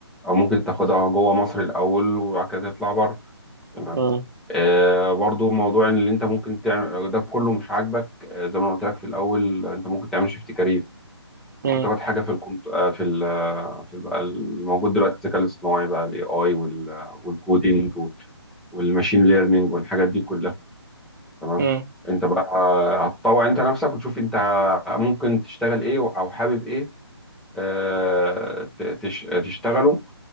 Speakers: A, in the centre; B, on the right (about 45°).
A: او ممكن تاخدها جوه مصر الاول وبعد كده تطلع بره تمام
B: امم
A: آه، برضو موضوع ان اللي انت ممكن تعمل ده كله مش عاجبك آه، زي ما أنا قلت لك في الاول آه، انت ممكن تعمل شيفت كارير
B: امم
A: ممكن تاخد حاجه في الكمت... آه، في ال... آه، في ال- بقى الموجود دلوقتي الذكاء الاصطناعي بقى الاي اي وال... والكودينج والماشين ليرنينج والحاجات دي كلها تمام
B: امم
A: انت بقى هتطوع انت نفسك وتشوف انت ممكن تشتغل ايه او حابب ايه آه، ت- تش- تشتغله